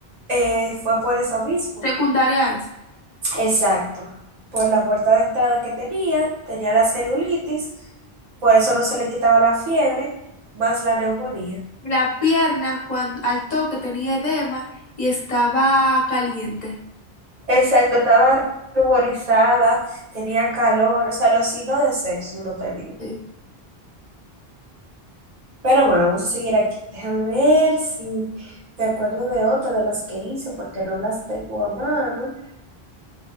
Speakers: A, on the right (about 40°); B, on the left (about 40°).
A: eh, fue por eso mismo.
B: secundaria a eso.
A: Exacto. Por la puerta de entrada que tenía, tenía la celulitis, por eso no se le quitaba la fiebre, más la neumonía.
B: Y La pierna, cuando, al toque, tenía edema y estaba caliente.
A: Exacto, estaba ruborizada, tenía calor, o sea, los signos de Celsius lo tenía.
B: Sí.
A: Pero bueno, vamos a seguir aquí. Déjame ver si me acuerdo de otra de las que hice, porque no las tengo a mano.